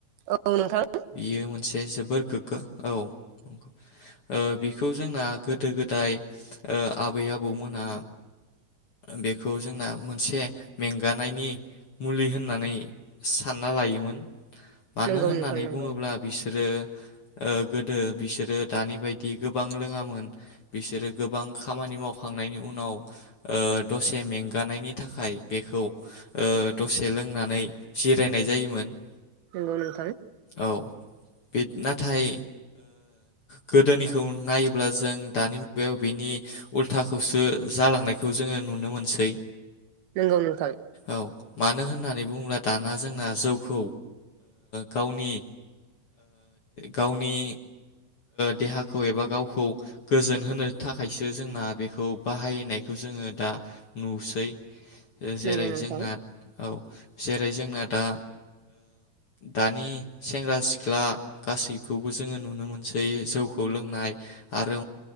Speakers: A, on the right; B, on the left.
A: औ नोंथां
B: बियो मोनसे जोबोर गोग्गो औ बिखौ जोंना गोदो गोदाय आबै आबौमोना बेखौ जोंना मोनसे मेंगानायनि मुलि होननानै सानना लायोमोन। मानो
A: नंगौ
B: होननानै
A: नोंथां नंगौ
B: बुङोब्ला बिसोरो ओ गोदो बिसोरो दानि बायदि गोबां लोङामोन बिसोरो गोबां खामानि मावखांनायनि उनाव ओ दसे मेंगानायनि थाखाय बेखौ ओ दसे लोंनानै जिरायनाय जायोमोन
A: नंगौ नोंथां
B: औ बे नाथाय गोदोनिखौ नायोब्ला जों दानि मुगायाव बिनि उल्थाखौसो जालांनाय खौ जोङो नुनो मोनसै
A: नंगौ नोंथां
B: औ मानो होननानै बुङोब्ला दाना जोंना जौखौ गावनि गावनि देहाखौ एबा गावखौ गोजोन होनो थाखायसो जोंना बेखौ बाहायनाय खौ जोङो दा नुसै। जेरै
A: नंगौ नोंथां
B: जोंना औ जेरै जोंना दा दानि सेंग्रा सिख्ला गासैखौबो जोङो नुनो मोनसै जौखौ लोंनाय आरो